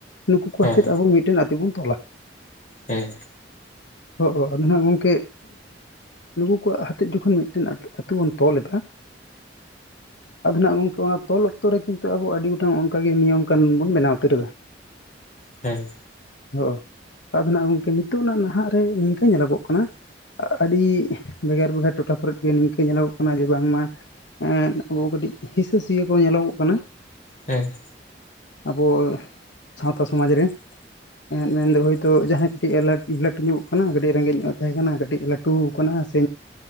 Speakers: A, on the left; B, on the left.
A: ᱱᱩᱠᱩ ᱠᱚ
B: ᱦᱮᱸ
A: ᱟᱛᱮᱫ ᱟᱵᱚ ᱢᱤᱫᱴᱮᱱ ᱟᱛᱤ ᱵᱩᱱ ᱛᱚᱞᱟ᱾
B: ᱦᱮᱸ
A: ᱦᱚᱜᱼᱦᱚᱜ ᱟᱫᱚ ᱱᱟᱦᱟᱸᱜ ᱜᱚᱝᱠᱮᱼᱼ ᱱᱩᱠᱩ ᱠᱚ ᱦᱟᱛᱮᱡ ᱡᱚᱠᱷᱚᱱ ᱢᱤᱫᱴᱮᱱ ᱟᱹᱛᱩ ᱟᱹᱛᱩ ᱵᱚᱱ ᱛᱚᱞ ᱮᱫᱟ ᱟᱫᱚ ᱱᱟᱦᱟᱸᱜ ᱜᱚᱝᱠᱮ ᱚᱱᱟ ᱛᱚᱞ ᱚᱠᱛᱚ ᱨᱮ ᱠᱤᱱᱛᱩ ᱟᱵᱚ ᱟᱰᱤ ᱜᱚᱴᱟᱝ ᱚᱱᱠᱟ ᱜᱮ ᱱᱤᱭᱚᱢᱼᱼ ᱠᱟᱱᱩᱱ ᱵᱚᱱ ᱵᱮᱱᱟᱣ ᱩᱛᱟᱹᱨᱮᱫᱟ᱾
B: ᱦᱮᱸ᱾
A: ᱦᱚᱸ ᱟᱫᱚ ᱱᱟᱦᱟᱸᱜ ᱜᱚᱝᱠᱮ ᱱᱤᱛᱚᱜ ᱱᱟᱦᱟᱜ ᱨᱮ ᱱᱤᱝᱠᱟᱹ ᱧᱮᱞᱚᱜᱚᱜ ᱠᱟᱱᱟᱼᱼ ᱟᱼᱟᱰᱤ ᱵᱷᱮᱜᱟᱨ ᱵᱷᱮᱜᱟᱨ ᱴᱚᱴᱷᱟ ᱠᱚᱨᱮᱫ ᱜᱮ ᱱᱤᱝᱠᱟᱹ ᱧᱮᱞᱚᱜᱚᱜ ᱠᱟᱱᱟ ᱡᱮ ᱵᱟᱝ ᱢᱟᱼᱼ ᱮᱸᱫ ᱟᱵᱚ ᱠᱟᱹᱴᱤᱡ ᱦᱤᱥᱟᱹᱼᱥᱩᱭᱟᱹ ᱠᱚ ᱧᱮᱞᱚᱜᱚᱜ ᱠᱟᱱᱟ᱾
B: ᱦᱮᱸ᱾
A: ᱟᱵᱚ ᱥᱟᱶᱛᱟ ᱥᱚᱢᱟᱡᱽ ᱨᱮ᱾ ᱮᱸᱜ ᱢᱮᱱᱫᱚ ᱦᱳᱭᱛᱳ ᱡᱟᱦᱟᱸᱭ ᱠᱟᱹᱴᱤᱡ ᱮ ᱞᱟᱹᱴᱩ ᱧᱚᱜᱚᱜ ᱠᱟᱱᱟ, ᱠᱟᱹᱴᱤᱡ ᱨᱮᱸᱜᱮᱡ ᱧᱚᱜ ᱮ ᱛᱟᱦᱮᱸ ᱠᱟᱱᱟ ᱠᱟᱹᱴᱤᱡ ᱮ ᱞᱟᱹᱴ ᱴᱩ ᱟᱠᱟᱱᱟ ᱥᱮ